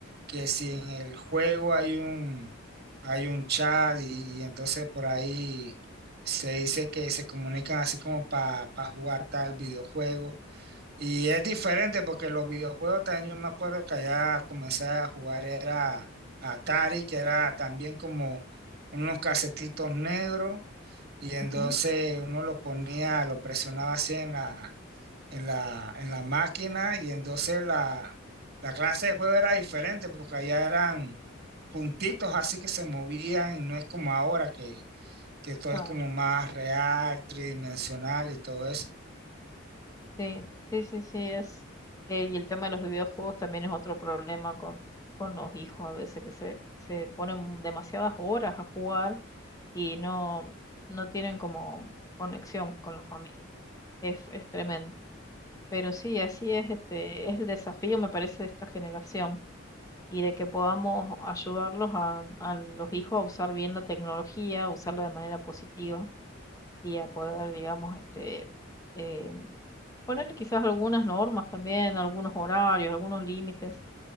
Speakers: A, on the right; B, on the left.
A: que si en el juego hay un, hay un chat y, y entonces por ahí se dice que se comunican así como para jugar tal videojuego. Y es diferente porque los videojuegos también yo me acuerdo que allá comencé a jugar era Atari, que era también como unos casetitos negros y entonces
B: ujú,
A: uno lo ponía, lo presionaba así en la, en la, en la máquina y entonces la, la clase de juego era diferente porque allá eran puntitos así que se movían, no es como ahora que, que todo
B: claro.
A: es como más real, tridimensional y todo eso.
B: Sí, sí, sí, sí, es. eh, y el tema de los videojuegos también es otro problema con, con los hijos a veces que se, se ponen demasiadas horas a jugar y no, no tienen como conexión con la familia. Es, es tremendo. Pero sí, así es, este, es el desafío, me parece, de esta generación y de que podamos ayudarlos a, a los hijos a usar bien la tecnología, a usarla de manera positiva y a poder, digamos, este, eh, ponerle quizás algunas normas también, algunos horarios, algunos límites,